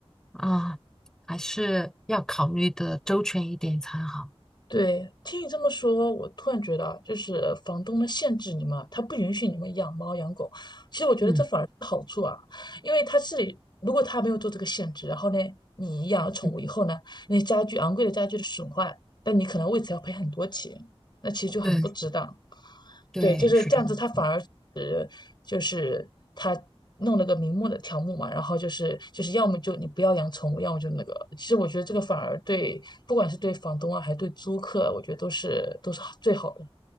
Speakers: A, in the centre; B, on the left.
A: 啊，还是要考虑的周全一点才好。
B: 对，听你这么说，我突然觉得啊，就是房东呢限制你们，他不允许你们养猫养狗。其实我觉得这反而是好处啊，
A: 嗯
B: 因为他是如果他没有做这个限制，然后呢，你养了宠物以后呢，
A: 嗯，
B: 那些家具昂贵的家具的损坏，但你可能为此要赔很多钱。那其实就很不值当。
A: 对对，
B: 对，就是这样子，
A: 是这样子。
B: 他反而是就是他弄了个明目的条目嘛，然后就是就是要么就你不要养宠物，要么就那个。其实我觉得这个反而对，不管是对房东啊，还是对租客，我觉得都是都是最好的。